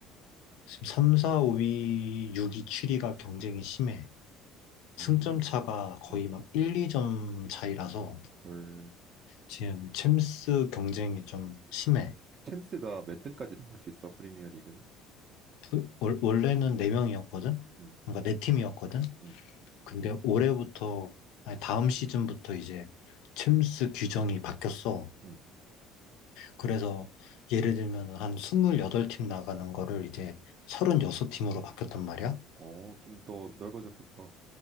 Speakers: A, on the left; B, on the right.
A: 지금 3, 4, 5위, 6위, 7위가 경쟁이 심해. 승점
B: 음,
A: 차가 거의
B: 음,
A: 막 1, 2점 차이라서
B: 헐.
A: 지금 챔스 경쟁이 좀 심해.
B: 챔스가 몇 등까지 나올 수 있어, 프리미어 리그는?
A: 그 월- 원래는 4명이었거든?
B: 음,
A: 그러니까 네 팀이었거든?
B: 음,
A: 근데 올해부터, 아니 다음 시즌부터 이제 챔스 규정이 바뀌었어.
B: 음.
A: 그래서 예를 들면 한 28팀 나가는 거를 이제 36팀으로 바뀌었단 말이야.
B: 어, 좀 더 넓어졌겠다.